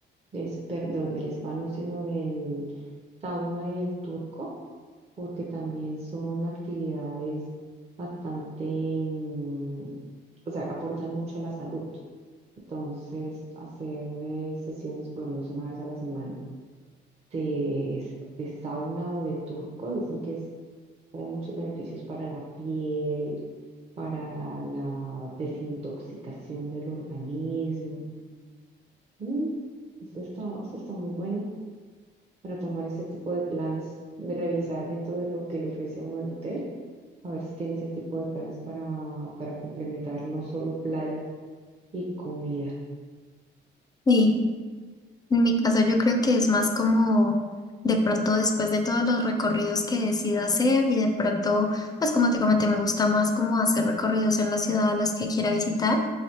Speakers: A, on the right; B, on the left.
A: del, s- perdón, del spa no, sino del sauna y el turco, porque también son actividades bastante, mm, o sea, aportan mucho a la salud. Entonces, hacer eh, sesiones por lo menos una vez a la semana de, s- de sauna o de turco, dicen que es hay muchos beneficios para la piel, para la desintoxicación del organismo. Mm, eso está, eso está muy bueno para tomar ese tipo de planes, y revisar dentro de lo que le ofrece a uno el hotel, a ver si tiene ese tipo de planes para, para complementar no solo playa y comida.
B: Y en mi caso yo creo que es más como de pronto después de todos los recorridos que decida hacer y de pronto, pues como te comenté, me gusta más como hacer recorridos en la ciudad a las que quiera visitar.